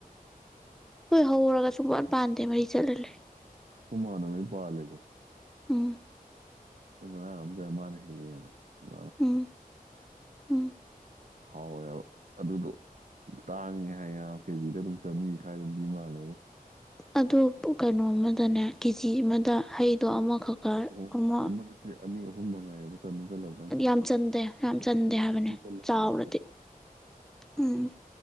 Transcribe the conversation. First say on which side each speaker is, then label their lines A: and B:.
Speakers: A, in the centre; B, on the right.
A: ꯑꯈꫭꯏ ꯍꯧꯔꯒ ꯁꯨꯡꯄꯥꯟ ꯄꯥꯟꯗꯦ ꯃꯔꯤ ꯆꯠꯂꯥꯂꯩ
B: ꯀꯨꯃꯥꯟꯅꯣ <unintelligible> ꯅꫭꯏ ꯄꯥꯂꯤꯕꫭ
A: ꯎꯝ
B: ꯀꯪꯝꯖ ꯃꯥꯥꯟ <unintelligible> ꯍꯅ <unintelligible>
A: ꯎꯝ ꯎꯝ
B: ꯍꯥꯎꯋ‌ꯦ ꯍꯥꯏꯕꯥ ꯑꯗꯨꯗꯣ ꯇꯥꯡꯉꯦ ꯍꯥꯏꯌꯦꯅ ꯀꯦꯖꯤꯗꯥ ꯑꯗꯨꯝ ꯆꯥꯝꯔꯤ ꯁ꯭ꯋꯥꯏꯗ ꯑꯗꯨꯝ ꯄꯤ ꯃꯥꯜꯂꯦꯕꫭ
A: ꯑꯗꯨ ꯀꯩꯅꯣ ꯑꯃꯗꯅꯦ ꯀꯦꯖꯤ ꯑꯃꯥꯗ ꯍꯩꯗꯣ ꯑꯃꯈꯛꯀꯥ
B: ꯑꯍꯨꯝ
A: ꯑꯃꯥ
B: ꯑꯃ ꯅꯠꯇꯦ ꯑꯅꯤ ꯑꯍꯨꯝ ꯃꯉꯥꯏꯑ‌ꯦꯕ ꯆꯠꯅꯤ ꯆꯠꯂꯕ
A: ꯌꯥꯝ ꯆꯟꯗꯦ ꯌꯥꯝ ꯆꯟꯗꯦ ꯍꯥꯏꯕꯅꯤ
B: ꯆꯜꯂꯦ
A: ꯆꯥꯎꯔꯗꯤ
B: ꯍꯥꯏꯌꯦꯕꯀꯣ
A: ꯎꯝ